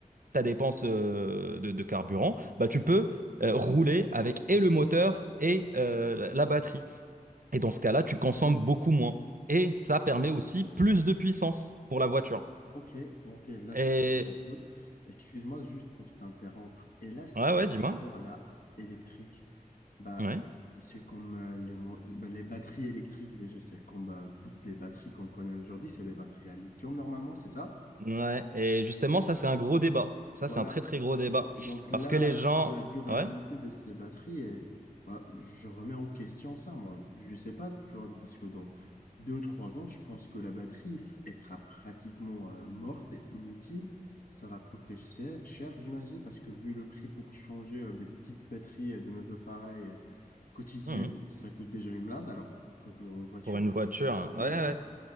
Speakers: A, on the right; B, on the left.
A: ta dépense euh, de, de carburant, bah, tu peux euh, rouler avec et le moteur et euh, la- batterie. Et dans ce cas-là, tu consommes beaucoup moins. Et ça permet aussi plus de puissance pour la voiture.
B: Ok, ok, là,
A: Et
B: je comprends un peu. Excuse-moi juste pour t'interrompre. Et là, ces
A: ouais, ouais, dis-moi.
B: moteurs là, électriques, bah,
A: Ouais.
B: c'est comme euh, les, mo- bah, les batteries électriques déjà, c'est comme bah, toutes les batteries qu'on connaît aujourd'hui, c'est des batteries à lithium normalement, c'est ça?
A: Ouais. Et justement, ça, c'est un gros débat. Ça,
B: Voilà,
A: c'est un très, très gros débat.
B: Et donc là,
A: Parce que les
B: un
A: gens.
B: peu, la durabilité
A: Ouais.
B: de ces batteries, et, bah, je remets en question ça, moi. Je sais pas, tu vois, parce que dans deux ou trois ans, je pense que la batterie, elle sera pratiquement euh, morte et inutile. Ça va coûter cher, cher, j'imagine, parce que vu le prix pour changer euh, des petites batteries euh, de nos appareils euh, quotidiennes,
A: Mhm.
B: ça coûte déjà une blinde, alors que pour une voiture,
A: Pour une voiture.
B: je ne même
A: Ouais, ouais.
B: pas.